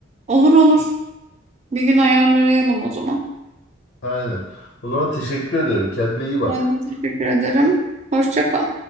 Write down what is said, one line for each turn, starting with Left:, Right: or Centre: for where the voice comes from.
Right: Olur olur. Bir gün ayarlayalım o zaman.
Left: Aynen. O zaman teşekkür ederim. Kendine iyi bak.
Right: Ben de teşekkür ederim. Hoşça kal.